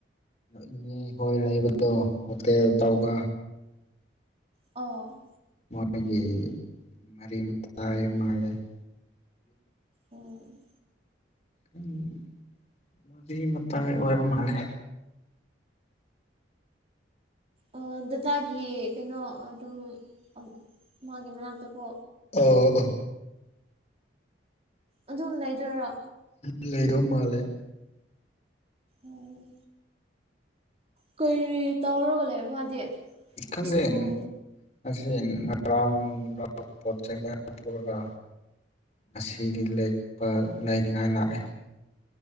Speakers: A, on the left; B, on the right.
A: ꯏꯅꯦ ꯍꯣꯏ ꯂꯩꯕꯗꯣ ꯍꯣꯇꯦꯜ ꯇꯧꯕ
B: ꯑꯣ
A: ꯃꯣꯏꯒꯤ ꯃꯔꯤ ꯃꯇꯥꯏ ꯃꯥꯜꯂꯦ <inaudible>
B: ꯎꯝ
A: ꯎꯝ ꯃꯔꯤ ꯃꯇꯥꯏ ꯑꯣꯏꯕ ꯃꯥꯜꯂꯦ
B: ꯑꯥ ꯗꯗꯥꯒꯤ ꯀꯩꯅꯣ ꯑꯗꯨꯝ ꯑꯝ ꯃꯥꯒꯤ ꯃꯅꯥꯛꯇꯀꯣ
A: ꯑꯥ ꯑꯥ
B: ꯑꯗꯨꯝ ꯂꯩꯗꯣꯏꯔꯣ
A: ꯎꯝ ꯂꯩꯗꯧ ꯃꯥꯜꯂꯦ
B: ꯎꯝ ꯀꯔꯤ ꯇꯧꯔꯒ ꯂꯩꯕ ꯃꯥꯗꯤ
A: ꯈꯪꯗꯦ
B: ꯁ꯭ꯀꯨꯜ
A: ꯉꯁꯤ ꯉꯔꯥꯡꯔꯥ ꯄꯣꯠ ꯆꯩꯩ ꯃꯌꯥꯝ ꯄꯨꯔꯒ ꯉꯁꯤꯗꯤ ꯂꯦꯛꯄ ꯂꯩꯅꯤꯡꯉꯥꯏ ꯂꯥꯛꯑꯦ